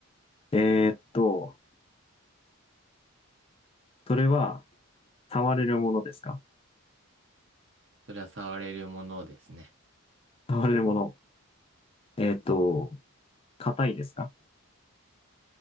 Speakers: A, on the left; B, on the right.
A: えーっと、それは、触れるものですか
B: それは触れるものですね。
A: 触れるもの。えーっと、硬いですか